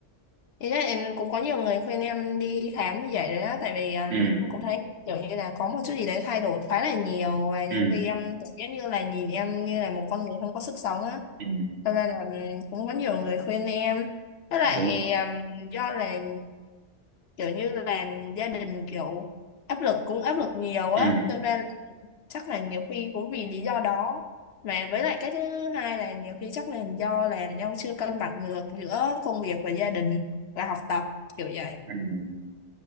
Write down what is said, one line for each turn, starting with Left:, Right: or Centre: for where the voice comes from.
Left: Ý là em cũng có nhiều người khuyên em đi khám như vậy đấy á, tại vì um,
Right: ừ
Left: cũng cũng thấy kiểu như là có một chút gì đấy thay đổi khá là nhiều và nhiều
Right: ừ
Left: khi em cảm giác như là nhìn em như là một con người không có sức sống á.
Right: ừ
Left: Thật ra là ừm, cũng có nhiều người khuyên em. Với lại
Right: đúng rồi
Left: ừm, do là kiểu như là gia đình kiểu áp lực cũng áp lực nhiều á,
Right: ừ,
Left: nên ra là chắc là nhiều khi cũng vì lý do đó mà với lại cái thứ hai là nhiều khi chắc là do là ông chưa cân bằng được giữa công việc và gia đình và học tập kiểu vậy
Right: ừ.